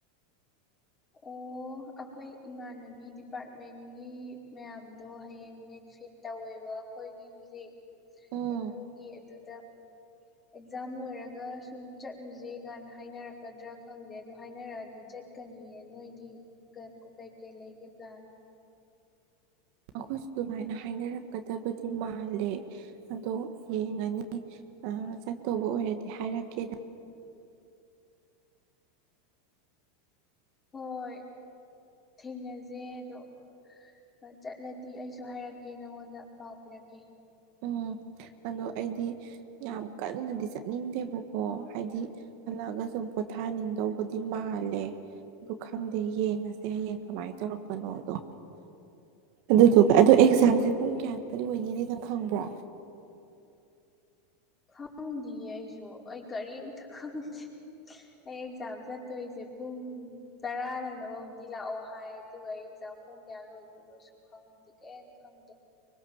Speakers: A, on the left; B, on the right.
A: ꯑꯣ ꯑꯩꯈꯣꯏ ꯏꯃꯥꯟꯅꯕꯤ ꯗꯤ ꯄꯔ ꯒꯃꯦꯟꯒꯤ ꯃꯌꯥꯝꯗꯣ ꯍꯌꯦꯡ ꯕꯦꯅꯤꯐꯤꯠ ꯇꯧꯋꯦꯕ ꯑꯩꯈꯣꯏꯒꯤ ꯍꯧꯖꯤꯛ
B: ꯎꯝ
A: ꯑꯦꯝ ꯌꯨꯒꯤ ꯑꯗꯨꯗ ꯑꯦꯛꯖꯥꯝ ꯂꯣꯏꯔꯒ ꯁꯨꯝ ꯆꯠꯂꯨꯖꯤ ꯀꯥꯏꯅ ꯍꯥꯏꯅꯔꯛꯀꯗ꯭ꯔꯥ ꯈꯪꯗꯦ ꯑꯗꯣ ꯍꯥꯏꯅꯔꯛꯑꯗꯤ ꯆꯠ ꯀꯅꯤꯌꯦ ꯅꯣꯏꯒꯤ ꯀ ꯀꯩꯀꯩ ꯂꯩꯒꯦ ꯄ꯭ꯂꯥꯟ
B: ꯑꯩꯈꯣꯏꯁꯨ ꯑꯗꯨꯃꯥꯏꯅ ꯍꯥꯏꯅꯔꯛꯀꯗꯕꯗꯤ ꯃꯥꯜꯂꯦ ꯑꯗꯣ ꯌꯦꯡꯉꯅꯤ ꯑ ꯆꯠꯇꯧꯕ ꯑꯣꯏꯔꯗꯤ ꯍꯥꯏꯔꯛꯀꯦ
A: ꯍꯣꯏ ꯊꯦꯡꯅꯖꯦ ꯑꯗꯣ ꯑ ꯆꯠꯂꯗꯤ ꯑꯩꯁꯨ ꯍꯥꯏꯔꯛꯀꯦ ꯅꯪꯉꯣꯟꯗ ꯄꯥꯎ ꯄꯤꯔꯛꯀꯦ
B: ꯎꯝ ꯑꯗꯣ ꯑꯩꯗꯤ ꯌꯥꯝ ꯀꯟꯅꯗꯤ ꯆꯠꯅꯤꯡꯗꯦꯕꯀꯣ ꯍꯥꯏꯗꯤ ꯍꯜꯂꯛꯑꯒ ꯁꯨꯝ ꯄꯣꯊꯥꯅꯤꯡꯗꯧꯕꯗꯤ ꯃꯥꯜꯂꯦ ꯑꯗꯨ ꯈꯪꯗꯦ ꯌꯦꯡꯉꯁꯦ ꯍꯌꯦꯡ ꯀꯃꯥꯏ ꯇꯧꯔꯛꯄꯅꯣꯗꯣ ꯑꯗꯨꯗꯨꯒ ꯑꯗꯣ ꯑꯦꯛꯖꯥꯝꯁꯦ ꯄꯨꯡ ꯀꯌꯥꯗ ꯂꯣꯏꯅꯤꯗꯤ ꯅꯪ ꯈꯪꯕ꯭ꯔꯣ
A: ꯈꯪꯗꯤꯌꯦ ꯑꯩꯖꯨ ꯑꯩ ꯀꯔꯤꯝꯇ ꯈꯪꯗꯦ ꯑꯩ ꯑꯦꯛꯖꯥꯝ ꯆꯠꯇꯣꯏꯖꯦ ꯄꯨꯡ ꯇꯔꯥ ꯅꯪꯅꯕ ꯂꯥꯛꯑꯣ ꯍꯥꯏ ꯑꯗꯨꯒ ꯑꯩ ꯑꯦꯛꯖꯥꯝ ꯄꯨꯡ ꯀꯌꯥ ꯂꯣꯏꯗꯣꯏꯅꯣꯁꯨ ꯈꯪꯗꯦ ꯀꯩꯝ ꯈꯪꯗꯦ